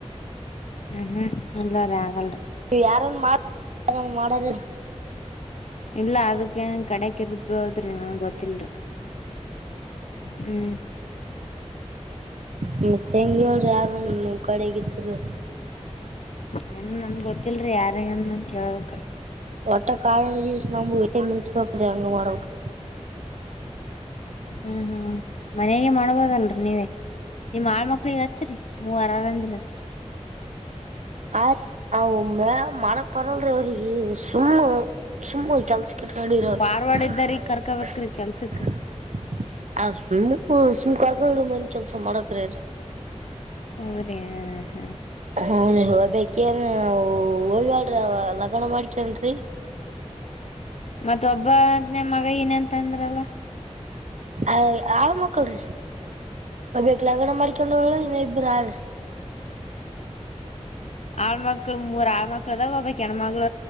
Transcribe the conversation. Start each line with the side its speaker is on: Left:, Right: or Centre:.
Left: ಹ್ಮ್ ಹ್ಮ್ ಇಲ್ಲ ರಿ ಆಗಲ್ರಿ.
Right: ನೀ ಯಾರನ್ ಮಾಡ ಯಾರನ್ ಮಾಡೋರಿಲ.
Left: ಇಲ್ಲ ಅದಕ್ಕ ಏನ್ ಕಡೆಕ್ ಇರ್ಬೋದ್ರಿ ನನ್ಗ್ ಗೊತ್ತಲ್ರಿ. ಹ್ಮ್.
Right: ಮತ್ ಹೆಂಗೆ ಹೇಳ ಯಾರನ ನಿಮ್ ಕಡೆಗ ಇದ್ರ.
Left: ಹೆಂಗ ನಂಗ್ ಗೊತ್ತಿಲ್ರಿ ಯಾರಿಗನ ಕೇಳ್ಕ್ ರಿ.
Right: ಒಟ್ಟ ಕಾರ್ ಹುಣ್ಣಿಮೆ ದಿವಸ್ ನಮ್ಮ ಎತ್ತಿಗ ಮುನ್ನಸಬೇಕ ರಿ ಹಾಂಗ ಮಾಡಬೇಕ.
Left: ಹ್ಮ್ ಹ್ಮ್ಹ್ಮ್ಮ್ ಮನೆಗೆ ಮಾಡ್ಬೋದಲ್ರರಿ ನೀವೇ ನಿಮ್ ಆಳ ಮಕ್ಕಳಿಗೆ ಹಚ್ಚರಿ. ಮೂವರ ಅರವ ಅಂದ್ರ.
Right: ಆ ಅವ ಮನ್ಯಾಗ ಮಾಡಕ್ ಬರಲ್ರಿ ಅವರಿಗೆ ಸುಮ್ಮ ಅವ. ಸುಮ್ಮ ಕೆಲಸಕ್ಕೆ ಇಟ್ಕೊಂಡಿನಿ ಅವರನ್ನ.
Left: ಫಾರ್ವರ್ಡ್
Right: <unintelligible>
Left: ಇದ್ದಾರಿ ಕರ್ಕೋಬೇಕ್ರಿ ಕೆಲ್ಸಕ್
Right: ಹ್ಮ ಹೊ ಸುಮ್ ಕಾರ್ಕೊಂಡಡು ಮನ್ ಕೆಲ್ಸ ಮಾಡಕ್ ರಿ.
Left: ಹೂ ರಿ ಅ ಹ.
Right: ಹೂ ರಿ ಹೋಗಬೇಕೆ ಅಲ್ಲ ರಿ ನಾವು ಹೋಗೆವ ಅಲ್ರೀ ಅವಾಗ ಲಗನ್ ಮಾಡ್ಕೆಂಡ ರಿ.
Left: ಮತ್ತ ಒಬ್ಬದ ನೆ ಮಗ ಏನ ಏನ ತಂದ್ರಲ.
Right: ಅ ಆಳ ಮಕ್ಕಳ ರಿ. ಒಬ್ಬಕಿ ಲಗಣ ಮಾಡಿಕೊಂಡು ಹೋಗಳ ಇನ್ನು ಇಬ್ಬರು ಆ್ರರಿ.
Left: ಆಳ್ ಮಕ್ಕಳ ಮೂರ್ ಆಳ್್ಮಕ್ಳ ಅದಾವು ಒಬ್ಬಳ ಹೆಣ್ಣುಮಗಳ.